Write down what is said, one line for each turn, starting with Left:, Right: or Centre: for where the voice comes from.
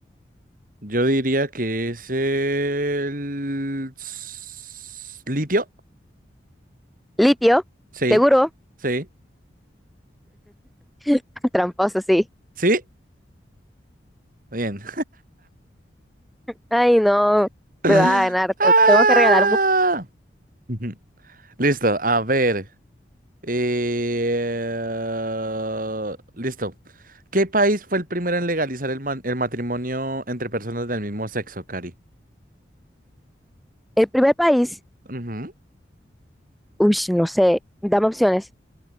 Right: Yo diría que es el s- litio.
Centre: Litio,
Right: Sí,
Centre: seguro.
Right: sí,
Centre: <laughs> Tramposo, sí.
Right: sí. Bien.
Centre: Ay, no.
Right: Ah.
Centre: Me va a ganar. te- Tengo que regalar. un-
Right: Ujú. Listo, a ver. eh, Listo. ¿Qué país fue el primero en legalizar el, man- el matrimonio entre personas del mismo sexo, Cari?
Centre: El primer país.
Right: Ujú.
Centre: Uy, no sé. Dame opciones.